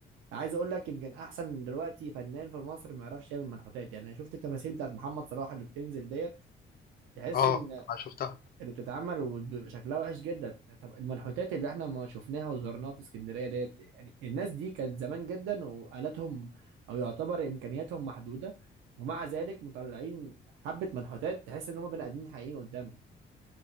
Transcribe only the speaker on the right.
عايز اقول لك يمكن احسن دلوقتي فنان في مصر ما يعرفش يعمل منحوتات يعني أنا شفت التماثيل بتاعت محمد صلاح اللي بتنزل ديت تحس
ان
اللي بتتعمل وبيبقى شكلها وحش جدا طب المنحوتات اللي احنا ما شفناها وزرناها في اسكندريه ديت يعني الناس دي كانت زمان جدا وآلاتهم او يعتبر امكانياتهم محدوده ومع ذلك مطلعين حبه منحوتات تحس ان هم بني ادمين حقيقيين قدامك